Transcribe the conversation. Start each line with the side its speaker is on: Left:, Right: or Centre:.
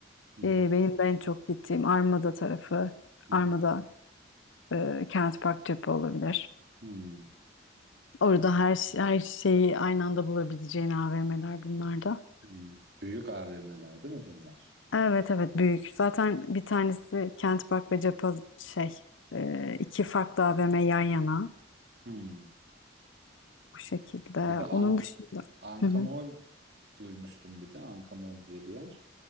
Right: Hı
Left: e,
Right: hı.
Left: benim de en çok gittiğim Armada tarafı.
Right: Hı
Left: Armada
Right: hı.
Left: e, Kent Park Cephe olabilir.
Right: Hmm.
Left: Orada her, her şeyi aynı anda bulabileceğin AVM'ler bunlar da.
Right: Hmm. Büyük AVM'ler değil mi bunlar?
Left: Evet evet büyük. Zaten bir tanesi Kent Park ve Cephe şey e, iki farklı AVM yan yana
Right: Hmm.
Left: bu şekilde.
Right: Bir de Ank
Left: Onun dışında
Right: Ankamol
Left: Hı hı.
Right: duymuştum bir de Ankamol diye bir yer.